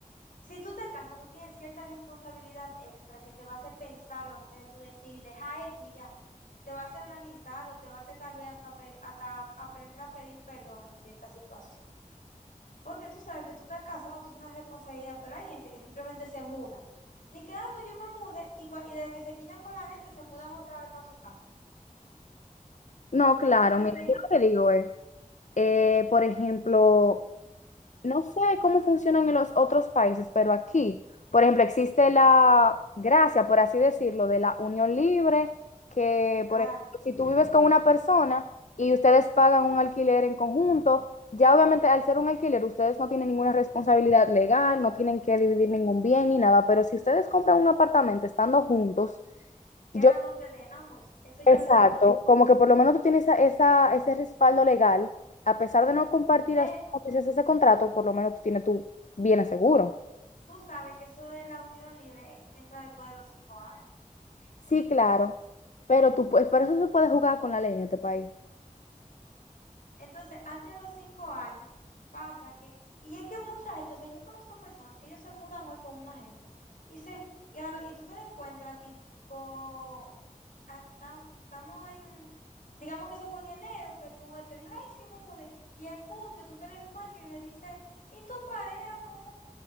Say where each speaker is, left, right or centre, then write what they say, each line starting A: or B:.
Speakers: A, on the left (about 75°); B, on the left (about 60°).
A: si tú te casas, tú tienes cierta responsabilidad extra que te va a hacer pensarlo antes de tú decir, deja esto y ya. Te va a hacer analizarlo, te va a hacer tal vez hasta, pe- hasta aprender a pedir perdón en cierta situación. Porque tú sabes que tú estás casado, tú tienes una responsabilidad, pero hay gente que simplemente se muda. Dice que, ah, no, yo me mudé, y, cua- y desde que se quillan con la gente, se mudan otra vez para su casa.
B: No, claro,
A: Dice
B: mira,
A: que,
B: yo lo que digo es, eh, por ejemplo, No sé cómo funcionan en los otros países, pero aquí, por ejemplo, existe la gracia, por así decirlo, de la unión libre, que,
A: claro,
B: por ejemplo, si tú vives con una persona y ustedes pagan un alquiler en conjunto, ya obviamente al ser un alquiler, ustedes no tienen ninguna responsabilidad legal, no tienen que dividir ningún bien ni nada, pero si ustedes compran un apartamento estando juntos,
A: queda
B: yo
A: nombre de ambos, eso yo
B: Exacto,
A: lo entiendo,
B: como que por lo menos tú tienes esa, esa- ese respaldo legal, a pesar de no compartir
A: pero
B: así como tú ese contrato, por lo menos tú tienes tu bien seguro.
A: tú tú sabes que eso de la unión libre eh, entra después de los cinco años.
B: Sí, claro, pero tú, puedes- pero eso se puede jugar con la ley en este país.
A: Entonces, antes de los cinco años, pasa que, y es que mucha gente, o sea, yo conozco personas que ellos se mudan hoy con una gente, y, se, y, a lo- y tú te lo encuentras tipo, estamos en, digamos que eso fue en enero, que tú eh, te dijo, ay, sí, me mudé, y en junio tú te lo encuentras y le dices, ¿y tu pareja? ¿Cómo?